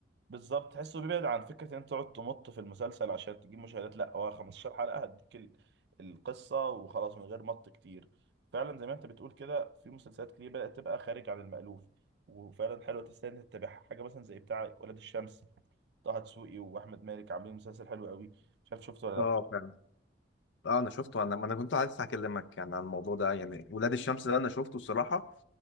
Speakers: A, on the right (about 65°); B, on the left (about 80°).
A: بالظبط تحسه بيبعد عن فكرة ان انت تقعد تمط في المسلسل عشان تجيب مشاهدات لا هو 15 حلقة هديك ال- القصة وخلاص من غير مط كتير فعلا زي ما انت بتقول كده في مسلسلات كتير بدأت تبقى خارج عن المألوف وفعلا حلوة تستاهل انك تتابعها حاجة مثلا زي بتاع ولاد الشمس طه دسوقي واحمد مالك عاملين مسلسل حلو قوي مش عارف شفته ولا لا
B: اه فعلا اه انا شفته انا انا كنت عايز اكلمك يعني عن الموضوع ده يعني ولاد الشمس ده انا شفته الصراحه